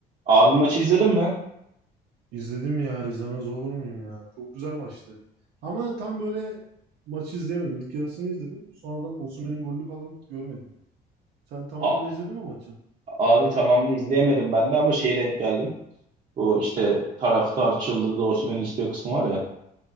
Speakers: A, on the right (about 45°); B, on the right (about 80°).
A: Abi maçı izledin mi?
B: İzledim ya izlemez olur muyum ya. Çok güzel maçtı. Ama tam böyle maçı izleyemedim. İlk yarısını izledim. Sonradan Osimhen'in golünü falan görmedim. Sen tamamını
A: A-
B: izledin mi maçın?
A: abi tamamını izleyemedim ben de ama şeye denk geldim. Bu işte taraftar çıldırdı Osimhen'i istiyor kısmı var ya.